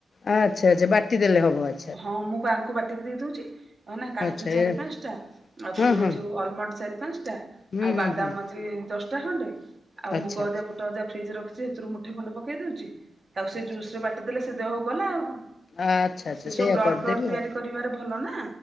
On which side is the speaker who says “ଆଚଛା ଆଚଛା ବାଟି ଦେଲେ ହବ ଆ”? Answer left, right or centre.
Left